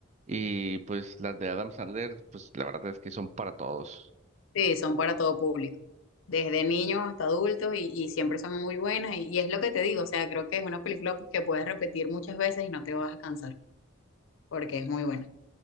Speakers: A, on the right; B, on the left.
A: y pues las de Adam Sandler, pues la verdad es que son para todos.
B: Sí, son para todo público, desde niños hasta adultos y, y siempre son muy buenas y, y es lo que te digo, o sea, creo que es una película pues, que puedes repetir muchas veces y no te vas a cansar porque es muy buena.